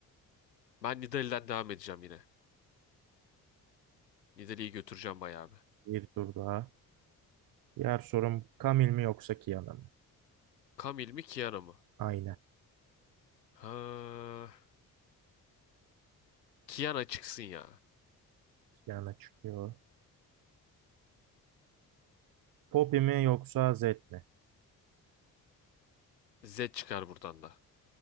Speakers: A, on the left; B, on the right.
A: Ben Nidalee'den devam edeceğim yine. Nidalee'yi götüreceğim bayağı bir.
B: Bir tur daha. Diğer sorum Camille mi yoksa Kiana mı?
A: Camille mi Kiana mı?
B: Aynen.
A: Ha, Kiana çıksın ya.
B: yana çıkıyor. Poppy mi yoksa Zed mi?
A: Zed çıkar buradan da.